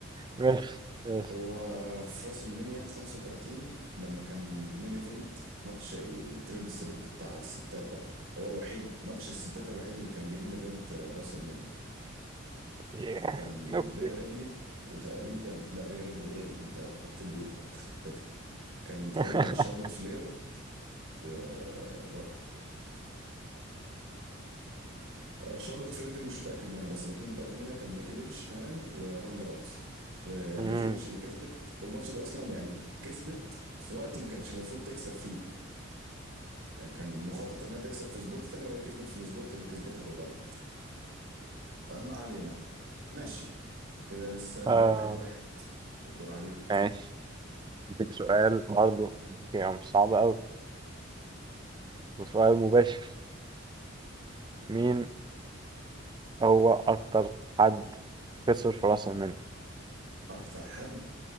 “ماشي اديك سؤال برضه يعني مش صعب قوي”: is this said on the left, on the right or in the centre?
Right